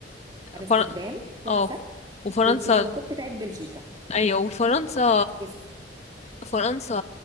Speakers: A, on the right; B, on the left.
A: امستردام
B: فر...
A: تحفه
B: اه وفرنسا
A: والشوكولاتات بتاعت بلجيكا
B: ايوه وفرنسا
A: بس
B: فرنسا